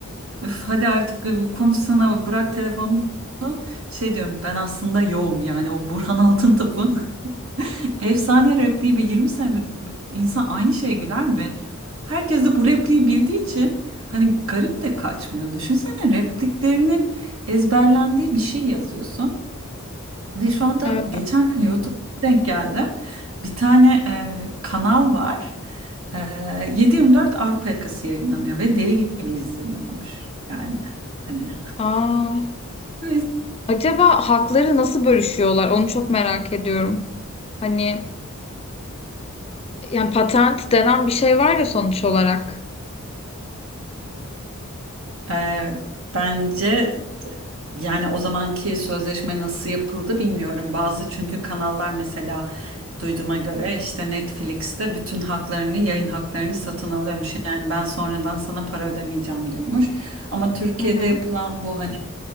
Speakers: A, on the right; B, on the left.
A: üf, hadi artık bir konuşsana bırak telefonunu şey diyorum ben aslında yoğum yani o Burhan Altıntop'un <laughs> Efsane repliği ve 20 senedir bu- insan aynı şeye güler mi? Herkes de bu repliği bildiği için hani garip de kaçmıyor. Düşünsene repliklerinin ezberlendiği bir şey yazıyorsun. Ve şu anda
B: Evet.
A: geçen YouTube'a denk geldim. Bir tane e, kanal var. E, 7/24 Avrupa Yakası yayınlanıyor ve deli gibi izleniyormuş. Yani hani
B: Aa,
A: böyle
B: acaba hakları nasıl bölüşüyorlar onu çok merak ediyorum. Hani yani patent denen bir şey var ya sonuç olarak.
A: Ee, bence yani o zamanki sözleşme nasıl yapıldı bilmiyorum. Bazı çünkü kanallar mesela duyduğuma göre işte Netflix'te bütün haklarını, yayın haklarını satın alıyormuş. Yani ben sonradan sana para ödemeyeceğim diyormuş. Ama Türkiye'de
B: Hı hı.
A: yapılan bu hani